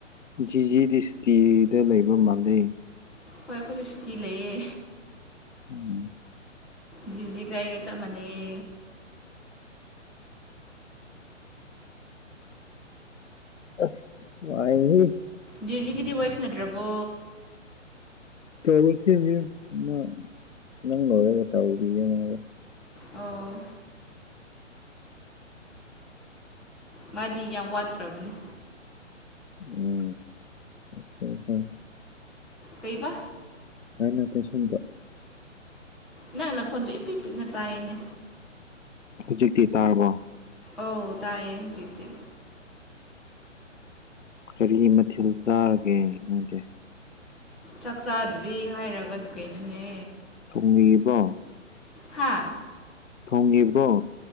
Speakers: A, on the left; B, in the centre.
A: ꯖꯤꯖꯤꯗꯤ ꯁꯨꯇꯤ ꯗꯥ ꯂꯩꯕ ꯃꯥꯜꯂ‌ꯦ
B: ꯍꯣꯏ ꯑꯩꯈꯣꯏꯖꯨ ꯁꯨꯇꯤ ꯂꯩꯌꯦ
A: ꯎꯝ
B: ꯖꯤꯖꯤꯒ ꯑꯩꯒ ꯆꯞ ꯃꯥꯟꯅꯩꯌꯦ
A: ꯑꯁ ꯋꯥꯥꯏꯍꯦ
B: ꯖꯤꯖꯤꯒꯗꯤ ꯋꯥꯔꯤ ꯁꯥꯟꯅꯗꯔ꯭ꯕꯣ
A: ꯇꯧꯔꯛꯗꯦꯅꯦ ꯃꯥ ꯅꯪ ꯂ‌ꯣꯏꯔ ꯇꯧꯕꯤꯒꯅꯤ
B: ꯑꯣ ꯃꯥꯗꯤ ꯌꯥꯝ ꯋꯥꯠꯇ꯭ꯔꯕꯅ‌ꯦ
A: <unintelligible> ꯁꯣꯏ ꯁꯣꯏ
B: ꯀꯩꯕ
A: ꯅꯪ ꯅꯠꯇꯦ ꯁꯣꯝꯗ
B: ꯅꯪ ꯅꯈꯣꯟꯗꯣ ꯏꯄꯤꯛ ꯄꯤꯛꯅ ꯇꯥꯏꯌ‌ꯦꯅꯦ
A: ꯍꯧꯖꯤꯛꯇꯤ ꯇꯥꯔꯕꯣ
B: ꯑꯧ ꯇꯥꯏꯌꯦ ꯍꯧꯖꯤꯛꯇꯤ
A: ꯀꯔꯤ ꯃꯊꯦꯜ ꯆꯥꯔꯒꯦ ꯅꯣꯏꯗꯤ
B: ꯆꯥꯛ ꯆꯥꯗ꯭ꯔꯤ ꯍꯥꯏꯔꯒ ꯀꯩꯅꯣꯅꯦ
A: ꯊꯣꯡꯕꯤꯔꯤꯕꯣ
B: ꯍꯥꯥ
A: ꯊꯣꯡꯒꯤꯕ꯭ꯔꯣ